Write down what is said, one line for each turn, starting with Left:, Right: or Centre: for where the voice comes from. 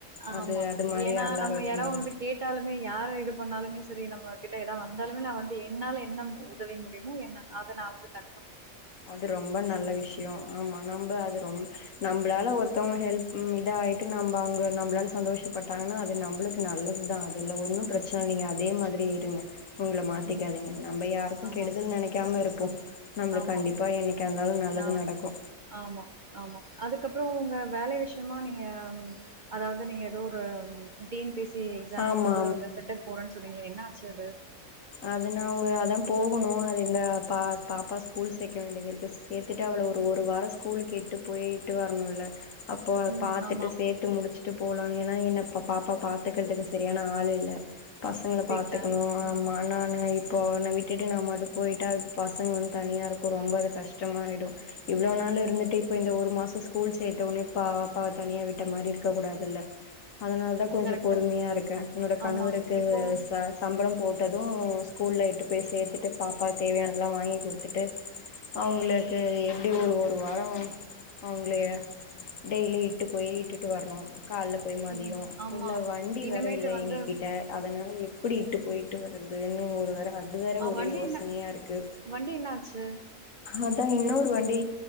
Right: ஆமா
Left: அது அது மாரி
Right: ஏன்னா
Left: எல்லாரு
Right: நம்ம
Left: இருக்க
Right: யாராவ
Left: முடியு
Right: வந்து கேட்டாலுமே யார இது போணாலுமே செரி நம்ம கிட்ட ஏதா வந்தாலுமே நா வந்து என்னால என்ன உதவி முடியுமோ என்ன அத நா வந்து க
Left: அது ரொம்ப நல்ல விஷ்யோ ஆமா நம்ப அது ரொம்ப நம்பளால ஒருத்தவங்க ஹெல்ப் ம் இத ஆய்ட்டு நம்ப அவங்க நம்பளால சந்தோஷப்பட்டாங்கனா அது நம்புளுக்கு நல்லதுதா அது இதுல ஒன்னு
Right: ம்
Left: பிரச்சன நீங்க அதே மாதிரி இருங்க உங்ள மாத்திக்காதீங்க
Right: ம்
Left: நம்ப யாருக்கு
Right: ஆமா
Left: கெடுதல் நெனைக்க க்காம இருப்போ நம்ளுக்கு
Right: ஆமா
Left: கண்டிப்பா என்னைக்காருந்தாலு நல்லது
Right: நா
Left: நடக்கு
Right: ஆமா ஆமா அதுக்கப்றோ உங்க வேல விஷ்யமா நீங்க அதாவது நீங்க ஏதோ ஒரு T N P S C எக்ஸாம்க்கு
Left: ஆமா
Right: வந்து எதோ சென்டர் போறன்னு சொன்னீங்களே என்ன ஆச்சு அது
Left: அது‌ நா ஒரு அதா போகணு அது இந்த பா பாப்பா ஸ்கூல் சேக்க வேண்டிதுருக்கு சேத்துட்டு அவள ஒரு ஒரு வாரோ ஸ்கூலுக்கு எட்டு போயிட்டு வரணுல அப்போ அத
Right: ம்.
Left: பாத்துட்டு
Right: ஆமா.
Left: சேத்து முடிச்சுட்டு போலா ஏனா என்ன பாப்பா பா த்தெக்கறதுக்கு செரியான ஆளு இல்ல பசங்கள
Right: வீட்ல.
Left: பாத்துக்குணு
Right: ம்.
Left: ஆமா இன்னோனு இப்போ உன்ன விட்டுட்டு நா மட்டு போயிட்டா பசங்க வந்து தனியா இருக்கு ரொம்ப அது கஷ்டமாய்டு இவ்ளோ நாள் இருந்துட்டு இப்ப இந்த ஒரு மாசோ ஸ்கூல் சேத்த ஒடனே பாபா தனியா விட்ட மாரி இருக்கக்கூடாதுல்ல
Right: <inaudible>
Left: அதனாலதா கொஞ்சோ
Right: கரெக்ட்டு.
Left: பொறுமயா இருக்க என்னோட கணவருக்கு
Right: ஆமா. இப்போ
Left: ச சம்பளோ போட்டது ஸ்கூல்ல எட்டு போய் சேத்துட்டு பாப்பா தேவயானதெல்லா வாங்கி குடுத்துட்டு அவுங்களுக்கு எப்டி ஒரு ஒரு வாரோ அவங்களய டெய்லி இட்டு போயி இட்டுட்டு வரணு கால்ல போயி மதியோ
Right: ம். ஆமா.
Left: இதுல வண்டி
Right: இனிமேட்டு
Left: வேற இல்ல
Right: வந்து
Left: எங்ககிட்ட அதனால எப்டி இட்டு போய்ட்டு வர்றதுன்னு ஒரு வேர அ அதுவேற
Right: ஆ
Left: ஒரே
Right: வண்டி
Left: யோசனயா
Right: என்ன
Left: இருக்கு
Right: வண்டி என்ன ஆச்சு?
Left: அதா இன்னொரு வண்டி